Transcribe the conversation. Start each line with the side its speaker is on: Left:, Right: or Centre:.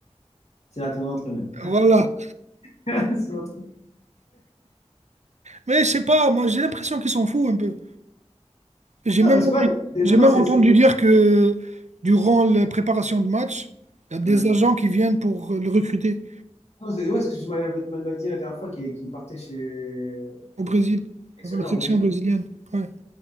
Left: C'est là ton entraîneur.
Right: Voilà.
Left: <laughs> C'est notre-
Right: Mais je sais pas, moi, j'ai l'impression qu'ils s'en fout un peu. J'ai
Left: Non,
Right: même
Left: parce que
Right: entendu,
Left: ouais, c'est-
Right: j'ai
Left: maintenant,
Right: même
Left: c'est.
Right: entendu
Left: c'est-
Right: dire que durant la préparation de match, il y a des
Left: Ouais.
Right: agents qui viennent pour le recruter
Left: Non, c'est ouais, ce que tu m'avais m'avais dit la dernière fois qu'il qu'il partait chez.
Right: au
Left: ouais,
Right: Brésil,
Left: sélectionneur
Right: pour la section
Left: au Brésil.
Right: brésilienne. Ouais,